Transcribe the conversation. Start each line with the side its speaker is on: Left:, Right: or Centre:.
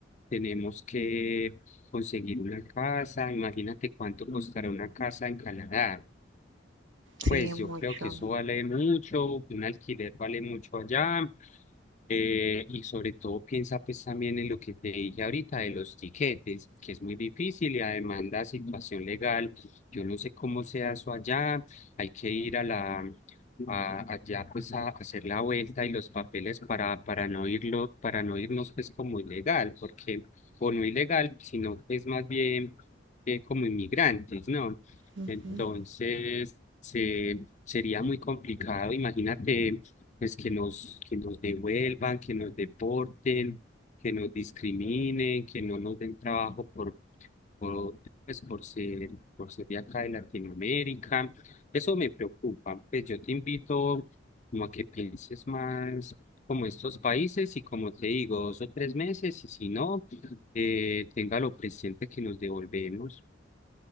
Left: tenemos que conseguir una casa, imagínate cuánto costará una casa en Canadá.
Right: Sí,
Left: Pues
Right: mucho.
Left: yo creo que eso vale mucho, un alquiler vale mucho allá, eh, y sobre todo piensa pues también en lo que te dije ahorita de los tiquetes, que es muy difícil y además la situación legal, yo no sé cómo sea eso allá, hay que ir a la a- allá pues a, hacer la vuelta y los papeles para para no irlo, para no irnos pues como ilegal, porque o no ilegal, sino es más bien eh, como inmigrantes, ¿no?
Right: Ujú.
Left: Entonces, se- sería muy complicado, imagínate pues que nos, que nos devuelvan, que nos deporten, que nos discriminen, que no nos den trabajo por, por, pues, por ser, por ser de acá de Latinoamérica. Eso me preocupa. Pues yo te invito como a que pienses más como estos países y como te digo, dos o tres meses y si no, eh, téngalo presente que nos devolvemos.